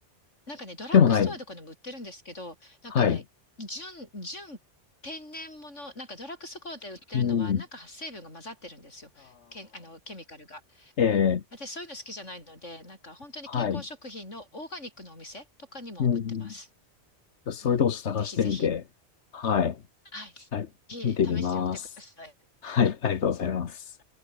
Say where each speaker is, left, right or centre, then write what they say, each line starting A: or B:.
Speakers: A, on the left; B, on the left.
A: なんかね、ドラッグストアとかでも売ってるんですけど、
B: でもないの。
A: なんかね、
B: はい。
A: 純、純天然物なんかドラッグストアで売ってるのは、
B: うん。
A: なんか成分が混ざってるんですよ。け、あの、ケミカルが。
B: ああ、ええ
A: 私そういうの好きじゃないので、なんか本当に健康食品のオーガニックのお店とかにも売ってます。
B: はい。うん。そういうとこ探してみて、
A: うん、ぜひぜひ、
B: はい、
A: はい、ぜ
B: はい、見てみます。
A: ひ試してみてください。
B: はい、ありがとうございます。